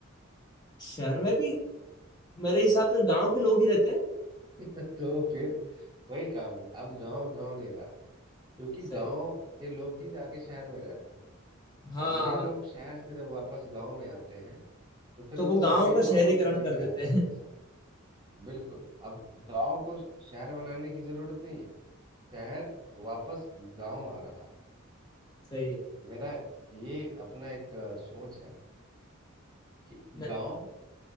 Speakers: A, on the left; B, on the right.
A: शहर में भी मेरे हिसाब से गांव के लोग ही रहते हैं
B: हैं <laughs> तो फिर वही काम है अब गांव गांव नहीं रहा क्योंकि
A: सही
B: गांव के लोग ही जाके शहर में रहते हैं
A: हाँ
B: और वही लोग शहर से जब वापस गांव में आते हैं तो फिर
A: तो
B: वो
A: वो गांव
B: वही
A: का
B: माहौल
A: शहरीकरण
B: को लेके
A: कर देते
B: आते
A: हैं
B: हैं अपने
A: <laughs>
B: साथ बिल्कुल अब गांव को शहर बनाने की जरूरत नहीं है शहर वापस गांव आ रहा है
A: सही है
B: मेरा ये अपना एक अ, सोच है कि
A: न-
B: गांव